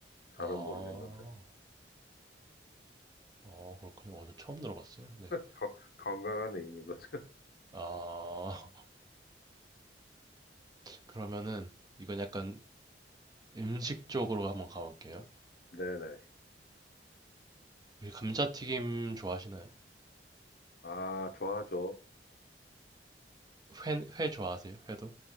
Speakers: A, on the left; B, on the right.
A: 잘은
B: 아,
A: 모르겠는데.
B: 어, 그렇군요. 오늘 처음 들어봤어요. 네.
A: 거- 건강한 애인인 거죠. <laughs>
B: 아, <laughs> 그러면은 이건 약간 음식 쪽으로 한번 가볼게요.
A: 네네.
B: 혹시 감자튀김 좋아하시나요?
A: 아, 좋아하죠.
B: 회, 회 좋아하세요? 회도?